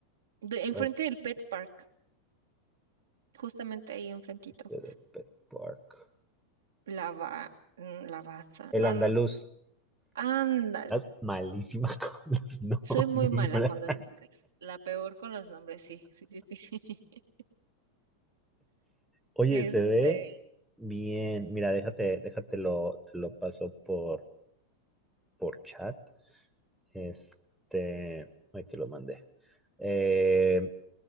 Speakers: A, on the right; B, in the centre.
A: de, enfrente
B: recto
A: del Pet Park. justamente ahí enfrentito.
B: del Pet Park.
A: La va, mm, la Baza.
B: El
A: No,
B: andaluz.
A: no, ándale.
B: Estás malísima <laughs> con los nombres.
A: Soy muy mala con los nombres. La peor con los nombres, sí, sí, sí, sí. <laughs>
B: Oye,
A: Este,
B: se ve bien. Mira, déjate, déjatelo, te lo paso por, por chat. Este, ahí te lo mandé. Eh,